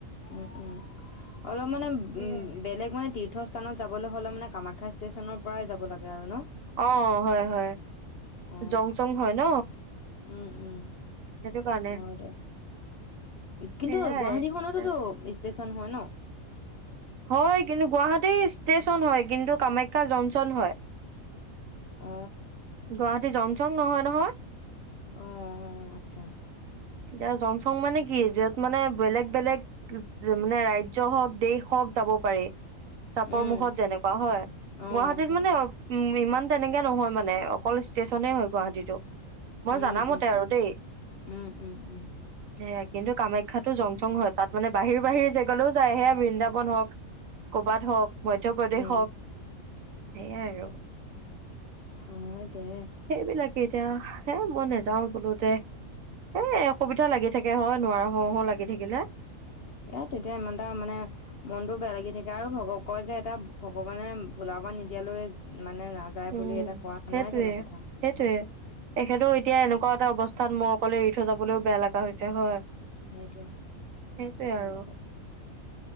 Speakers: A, on the left (about 55°); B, on the right (about 70°).
A: উম উম অলপ মানে
B: সেয়াই।
A: উ বেলেগ মানে তীৰ্থস্থানত যাবলৈ হ'লে মানে কামাখ্যা ষ্টেচনৰ পৰাই যাব লাগে আৰু ন
B: অ হয় হয়
A: অ
B: জং চং হয় ন
A: উম উম
B: সেইটো কাৰণে
A: হয় দে কিন্তু
B: সেয়াই
A: গুৱাহাটী খনতো তোষ্ট হয় ন?
B: হয় কিন্তু গুৱাহাটীৰ ষ্টেশচন হয় কিন্তু কামাখ্যা জংচন হয়।
A: অ
B: গুৱাহাট জ চং নহয় নহয়।
A: আহ আচ্ছা,
B: এতিয়া জং চং মানে কি যত মানে বেলেগ বেলেগ মানে ৰাজ্য় হওক দেশ হওক যাব পাৰি। চাপৰ
A: উম,
B: মুখত যেনেকুৱা হয়
A: অ',
B: গুৱাহাটীত
A: হয়,
B: মানে উ ইমান তেনেকে নহয় মানে অকল ষ্টেচনে হয় গুৱাহাটীটো। মই
A: উম,
B: জানা
A: উম,
B: মতে
A: উম,
B: আৰু দেই।
A: উম, উম, উম।
B: সেয়া কিন্তু কামাখ্যাটো জংচং হ'য়। তাত মানে বাহিৰ বাহিৰ জেগালৈও যায় সেয়া বৃন্দাবন হওঁক কবাত হওঁক। মধ্য প্ৰদেশ
A: উম,
B: হওঁক। সেইয়াই আৰু।
A: হয়। দে
B: সেইবিলাকে এতিয়া হে মই নেযাওঁ বোলো দে এ অসুবিধা লাগি থাকে হয়, নোৱাৰোঁ হওঁ হওঁ লাগি থাকিলে।
A: এ তেতিয়া ইমানটা মানে মনটো বেয়া লাগি থাকে আৰু ভগ কয় যে এটা ভগৱানে বোলাব নিদিয়ালৈ। মানে নাযায়
B: উম
A: বুলি এটা কোৱা
B: সেইটোৱে
A: নাই জানো
B: সেইটোৱে
A: কথা,
B: এখেতৰো এতিয়া এনেকুৱা এটা অৱস্থা ত মই অকলে এৰি থৈ যাবলৈও বেয়া লাগা হৈছে হয়
A: সেইটোৱে
B: সেইটোয়ে আৰু
A: অ ত